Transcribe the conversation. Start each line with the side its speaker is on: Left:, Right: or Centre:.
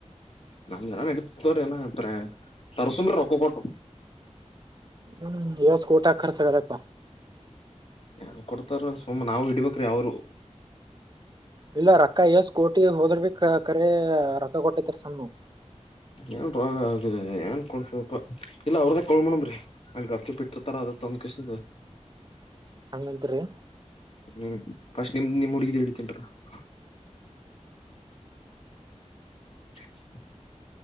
Left: ನಮ್ ಜನ ನಡತವ್ರ ಏ ತರ್ಸುಂಬ್ರೆ ರೊಪ್ಪ ಕೊಟ್ಟ
Right: ಹ್ಮ್ ಎಸ್ ಕಊಟಾಖರ್ಚತ
Left: ಯ ಕೊಡ್ತಾರ ಸುಮ್ಮ ನಾವು ಇಡ್ಬೇಕ್ರೀ ಅವರು
Right: ಇಲ್ಲ ರೊಕ್ಕ ಎಷ್ಟ ಕೋಟಿ ಹೋದ್ರ ಭ ಕರಿ ರೊಕ್ಕ ಕೊಟ್ಟೈತ್ತಾರ ಸಣ್ಣು
Left: ಏನ್ ಪ್ರಾಗ ಆಿದೆ ಏನ್ ಕೊಡ್ ಸ್ವಲ್ಪ ಇಲ್ಲ ಅವ್ರದ ಕೋಣಮ್ರಿ ಅ ಅಚ ಬಿಟ್ಟಿರ್ತಾರ ಅದ ತಂದ್ ಕಷ್ಟ
Right: ಹಂಗಂತರಿೀ
Left: ಹ್ಮ್ ಫಸ್ಟ್ ನಿಮ್ದ ನಿಮ್ ಹುಡುಗಿದ ಹಿತೇನ್ರ ಹ ಹ